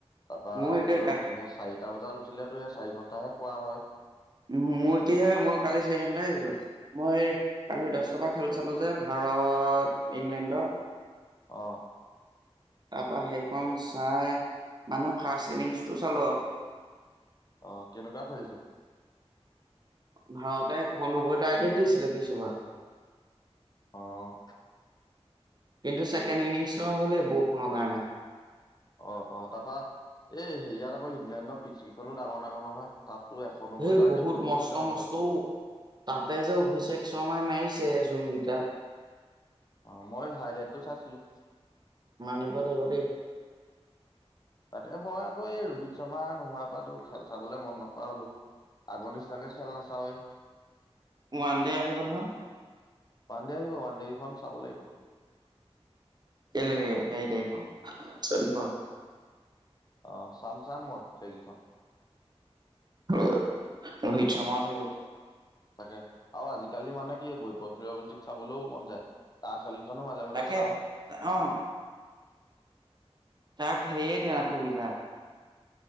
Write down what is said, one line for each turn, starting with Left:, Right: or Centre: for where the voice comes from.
Left: তাৰপা
Right: মোৰ
Left: এইফালে
Right: এতিয়া কা
Left: উঠিলে চাৰিটা বজাত উঠিলেতো এই চাৰি ঘন্টাহে শুৱা হয়।
Right: মোৰ কি হয় মই কালি চাৰি ঘন্টাই শুইছো মই কালি দশটা পৰা খেল চালো যে ভাৰত। ভৰত ইংলেণ্ডৰ।
Left: অ'।
Right: তাৰপা সেইখন চাই মানে ফাৰ্ষ্ট ইনিংছটো চালো আৰু
Left: অ', কেনেকোৱা খেলিছে।
Right: ভাৰতে এশ নব্বৈ টাৰ্গেট দিছিলে বিশ অভাৰত।
Left: অ'।
Right: কিন্তু ছেকেণ্ড ইনিংছ নহ'লে বৰষুণৰ কাৰণে
Left: অ', অ', তাৰপা এই সেয়াত আকৌ ইংলেণ্ডৰ পিছ কেইখনো ডাঙৰ ডাঙৰ নহয়। তাততো এশ নব্বৈ
Right: সেই
Left: টাৰ্গেটটো
Right: বহুত মস্ত
Left: ডাঙৰ
Right: মস্তও তাতে যে উভিছে এক চয় মাৰিছে যোনকেইটা
Left: অ', মই হাইলোইটটো চাইছিলো।
Right: মানিব লাগিব দেই।
Left: তাকে মই আকৌ এই ৰোহিত শৰ্মা নোহোৱাৰ পৰাতো খেল চাবলে মন নকৰা হলো। আগৰ নিচিনাকে খেল নাচাওৱে।
Right: ওৱান ডে আহিব নহয়।
Left: ওৱানডে আহিব ওৱানডে কেইখন চাব লাগিব।
Right: কেলে সেই নাই হ চ <unintelligible>
Left: অ', চাম চাম মই সেই গিখন।
Right: ৰোহিত শৰ্মাহঁত আহিব
Left: তাকে আৰু আজিকালি মানে কি বৈভৱ সূৰ্যবংশিকো চাবলৈ মন যায় তাঁ ছালি মাজে
Right: তাকে
Left: মাজে চাওঁ
Right: অ তাক সেয়ে দিয়া নাই সুবিধা